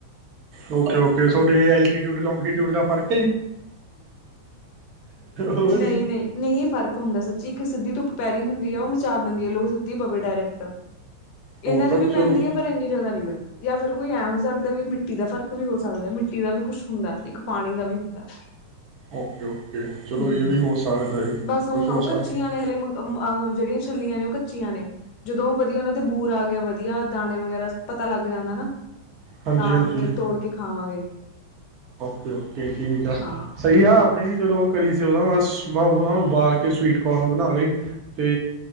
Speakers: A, on the right; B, on the left.
A: ਓਕੇ ਓਕੇ ਤੁਹਾਡੇ ਐਲਟੀਟਿਊਡ ਲੋਂਗੀਟਿਊਡ ਦਾ ਫਰਕ ਹੋਰ
B: ਨਹੀਂ
A: ਹੀ
B: ਨਹੀਂ ਨਹੀਂ ਇਹ ਫ਼ਰਕ ਹੁੰਦਾ ਸੱਚੀ ਇੱਕ ਸਿੱਧੀ ਤੋਂ ਪੈਰੀ ਹੁੰਦੀ ਹੈ ਉਹ ਮਚਾਅ ਦਿੰਦੀ ਹੈ ਲੋ ਸਿੱਧੀ ਪਵੇ ਡਾਇਰੈਕਟ ਇਹਨਾਂ
A: ਉਹ
B: ਤੇ
A: ਤਾਂ
B: ਵੀ
A: ਚਲੋ
B: ਪੈਂਦੀ ਹੈ ਪਰ ਇੰਨੀ ਜਿਆਦਾ ਨਹੀਂ ਪੈਂਦੀ ਜਾਂ ਫਿਰ ਕੋਈ ਐਂ ਹੋ ਸਕਦਾ ਵੀ ਮਿੱਟੀ ਦਾ ਫ਼ਰਕ ਵੀ ਹੋ ਸਕਦਾ ਮਿੱਟੀ ਦਾ ਵੀ ਕੁਛ ਹੁੰਦਾ ਇੱਕ ਪਾਣੀ ਦਾ ਵੀ ਹੁੰਦਾ
A: ਓਕੇ ਓਕੇ ਚਲੋ
B: ਹੂੰ
A: ਇਹ ਵੀ ਹੋ ਸਕਦਾ ਜੀ
B: ਬਸ ਹੁਣ
A: ਕੁਛ
B: ਉਹ
A: ਹੋ ਸਕਦਾ
B: ਕੱਚੀਆਂ ਨੇ ਹਲੇ ਜਿਹੜੀਆਂ ਛੱਲੀਆਂ ਨੇ ਉਹ ਕੱਚੀਆਂ ਨੇ ਜਦੋਂ ਉਹ ਵਧੀਆ ਉਹਨਾਂ ਤੇ ਬੂਰ ਆ ਗਿਆ ਵਧੀਆ ਵਧੀਆ ਦਾਣੇ ਵਗੈਰਾ ਪਤਾ ਲੱਗ ਜਾਂਦਾ ਨਾ
A: ਹਾਂਜੀ
B: ਤਾਂ
A: ਹਾਂਜੀ
B: ਫੇਰ ਤੋੜ ਕੇ ਖਾਵਾਂਗੇ
A: ਓਕੇ ਓਕੇ ਠੀਕ ਆ
B: ਹਾਂ
A: ਸਹੀ ਆ ਆਪਣੇ ਵੀ ਜਦੋਂ ਉਹ ਕਰੀ ਸੀ ਉਹਦਾ ਮਸ ਮੈਂ ਉਹਨਾਂ ਨੂੰ ਉਬਾਲ ਕੇ ਸਵੀਟ ਕੋਰਨ ਬਣਾ ਲਈ ਤੇ